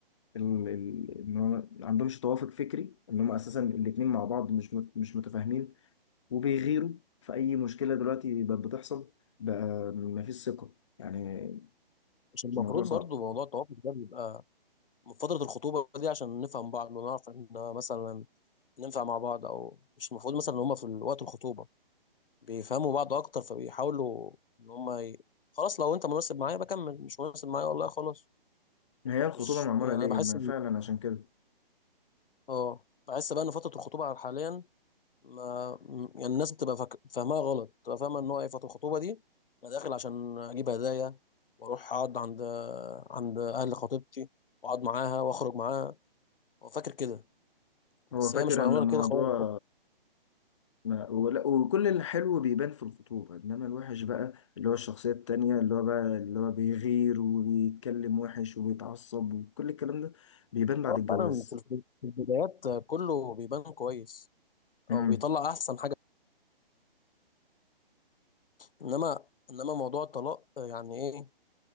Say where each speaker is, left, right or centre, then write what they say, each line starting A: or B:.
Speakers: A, on the left; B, on the left.
A: ال- ال- إن هو ما عندهمش توافق فكري إن هما أساسا الاتنين مع بعض مش مت- مش متفاهمين وبيغيروا في اي مشكله دلوقتي بقت بتحصل بقى مفيش ثقه يعني
B: مش المفروض
A: الموضوع صعب
B: برضو موضوع التوافق ده بيبقى من فتره الخطوبه دي عشان نفهم بعض ونعرف ان مثلا ننفع مع بعض او مش المفروض مثلا ان هم في وقت الخطوبه بيفهموا بعض اكتر فبيحاولوا ان هم ي... خلاص لو انت مناسب معايا بكمل مش مناسب معايا والله خلاص
A: هي الخطوبه
B: مش
A: معموله
B: يعني انا
A: ليه
B: بحس
A: ما
B: ان
A: فعلا عشان كده
B: اه بحس بقى ان فتره الخطوبه حاليا ما م- الناس بتبقى فاك... فاهماها غلط بتبقى فاهمه ان هو ايه فتره الخطوبه دي انا داخل عشان اجيب هدايا واروح اقعد عند عند اهل خطيبتي واقعد معاها واخرج معاها هو فاكر كده
A: هو
B: بس
A: فاكر
B: هي مش معموله
A: ان الموضوع
B: كده خالص
A: ما ولا وكل الحلو بيبان في الخطوبه انما الوحش بقى اللي هو الشخصيه التانيه اللي هو بقى اللي هو بيغير وبيتكلم وحش وبيتعصب وكل الكلام ده بيبان بعد
B: هو
A: الجواز
B: فعلا في الف- في البدايات كله بيبان كويس
A: امم
B: او بيطلع احسن حاجه انما انما موضوع الطلاق آه، يعني ايه